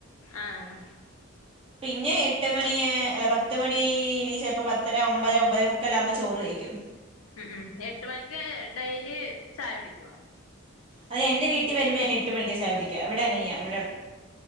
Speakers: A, on the left; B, on the right.
A: ആഹ്
B: പിന്നെ എട്ട് മണി അല്ല പത്ത്മണി അല്ലെങ്കിൽ ചിലപ്പോ പത്തര ഒമ്പര ഒമ്പത് മുക്കാല്ലാം ആകുമ്പോ ചോറ് കഴിക്കും
A: ഉം ഉം എട്ട് മണിക്ക് ഡെയിലി ചായ കുടിക്കോ
B: അത് എന്റെ വീട്ടി വരുമ്പോ ഞാൻ എട്ട് മണിക്കാ ചായുടക്ക്യാ ഇവിടെങ്ങനെയാ വ